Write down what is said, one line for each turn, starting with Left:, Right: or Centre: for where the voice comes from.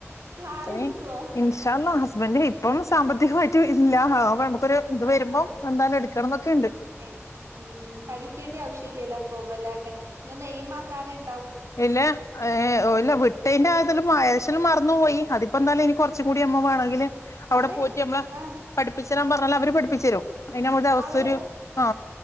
Right: കാർ
Left: ഇനി
Right: ഇട്ക്കോ
Left: ഇന്ഷാ അള്ളാ ഹസ് ഹസ്ബൻഡ് ഇപ്പം സാമ്പത്തികമായിട്ടും ഇല്ല ആവണം <unintelligible> ഇത്
Right: ആഹ്
Left: വരുമ്പോ
Right: ആഹ്
Left: എന്തായാലും എടുക്കണം എന്നൊക്കെുണ്ട്
Right: ഏഹ് ഉം പഠിക്കേണ്ട ആവശ്യ ഇല്ലല്ലോ അപ്പം വല്ലാണ്ട് നീ ഒന്നു എയിമ കരെൻ
Left: ഇല്ല ഏ ഓ ഇല്ല വിട്ടേന്റെ അതില് <unintelligible> മറന്നു പോയി അതിപ്പോ എന്താലും ഇനി കുറച്ചു കൂടി <unintelligible> വേണെങ്കില് അവിടെ
Right: അത്
Left: പോയിട്ട് നമ്മളെ
Right: ആഹ്
Left: പഠിപ്പിച്ച തരാൻ പറഞ്ഞാല് അവര് പഠിപ്പിച്ച് തരും അയിന് നമുക്ക്‌ അവസ്ഥ
Right: അവര്
Left: ഒരു ആ